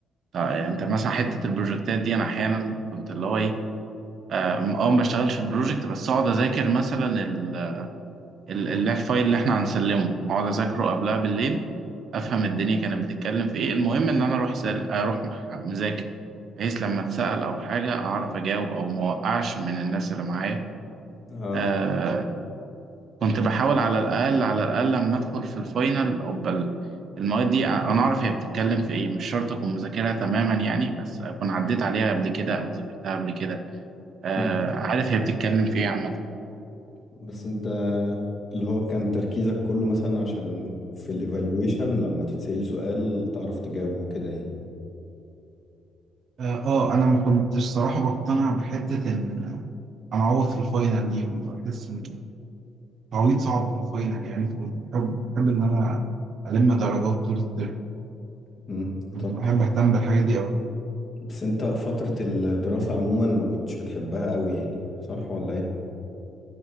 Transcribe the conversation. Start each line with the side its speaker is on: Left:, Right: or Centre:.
Right: يعني أنت مثلا حتة البروجكتات دي أنا أحيانا كنت اللي هو إيه اه آه، ما بشتغلش في البروجكت بس اقعد اذاكر مثلا ال- ال- ال- الفايل اللي احنا هنسلمه اقعد اذاكره قبلها بالليل افهم الدنيا كانت بتتكلم في ايه المهم ان انا اروح سال... اروح مح- مذاكر بحيث لما اتسأل او حاجه اعرف اجاوب او ما اوقعش من الناس اللي معايا
Left: اه
Right: آه كنت بحاول على الاقل على الاقل لما ادخل في الفاينل او بل المواد دي أ- انا اعرف هي بتتكلم في ايه مش شرط اكون مذاكرها تماما يعني بس اكون عديت عليها قبل كده او ذاكرتها قبل كده آه
Left: مم.
Right: عارف هي بتتكلم في ايه عامه
Left: بس انت اللي هو كان تركيزك كله مثلا عشان في الايفالويشن لما تتسأل سؤال تعرف تجاوبه كده يعني
Right: اه آه، انا ما كنتش صراحة بقتنع بحتة ان انا اعوض في الفاينل دي كنت بحس ان التعويض صعب في الفاينل يعني فكنت بحب بحب ان انا الم درجات طول الترم
Left: مم.
Right: كنت
Left: طب
Right: بحب اهتم بالحاجات دي قوي
Left: بس انت فترة الدراسة عموما ما كنتش بتحبها قوي يعني صح ولا ايه؟